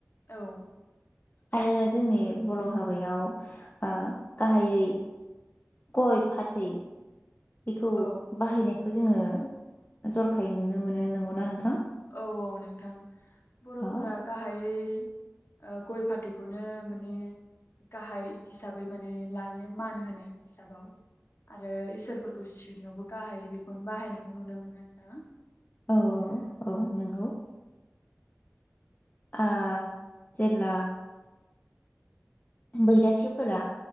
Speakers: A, on the left (about 50°); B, on the left (about 35°).
A: औ
B: आरो जोंनि बर' हाबायाव ओ गाहायै गय फाथै बेखौ
A: औ
B: बाहायनाय बेखौ जोङो जरखायै नुनो मोनो नंगौना नोंथां।
A: औ औ नोंथां। बर'फोरा
B: अ
A: गाहायै ओ गय फाथैखौनो माने गाहाय हिसाबै माने लायो मान होनाय हिसाबाव आरो इसोरफोरखौ सिबिनायावबो गाहाय बेखौनो बाहायनायखौ नुनो मोनो नोंथां।
B: औ औ औ नंगौ। आ जेबला बैराथिफोरा